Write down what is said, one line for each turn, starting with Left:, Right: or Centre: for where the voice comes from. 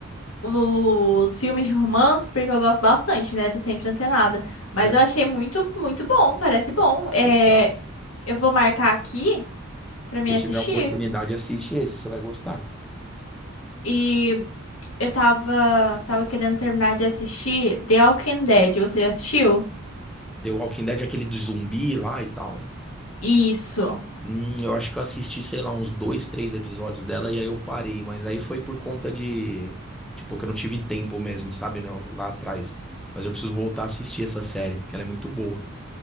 Left: os filmes de romance, porque eu gosto bastante, né? Tô sempre antenada. Mas
Centre: É.
Left: eu achei muito, muito bom, parece bom. É,
Centre: Então,
Left: eu vou marcar aqui pra
Centre: Se
Left: mim
Centre: você tiver
Left: assistir.
Centre: a oportunidade, assiste esse, você vai gostar.
Left: E eu tava, tava querendo terminar de assistir The Walking Dead. Você já assistiu?
Centre: The Walking Dead, aquele do zumbi lá e tal.
Left: Isso.
Centre: Hum, eu acho que eu assisti, sei lá, uns dois, três episódios dela e aí eu parei, mas aí foi por conta de, tipo, que eu não tive tempo mesmo, sabe, não, lá atrás. Mas eu preciso voltar a assistir essa série, que ela é muito boa.